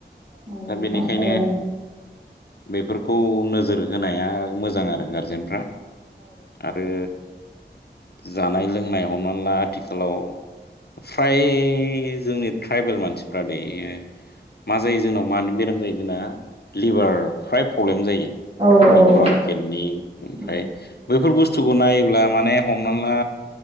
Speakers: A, on the right; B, on the left.
A: नंगौ
B: दा
A: नोंथां
B: बेनिखायनो
A: थारैनो
B: बेफोर खौ नोजोर होनाया मोजां
A: औ
B: आरो गारजेनफ्रा आरो जानाय लोंनाय हमनानै ला आथिखालाव फ्राय जोंनि ट्राइबेल मानसिफ्रा दै ओ मा जायो जोंनाव मानो बेराम जायो जोंना लिभार फ्राय प्रब्लेम जायो
A: औ औ
B: लेबार केटनि ओमफ्राय
A: औ
B: बैफोर बुस्थु स्थुखौ नायोब्ला माने हमना ला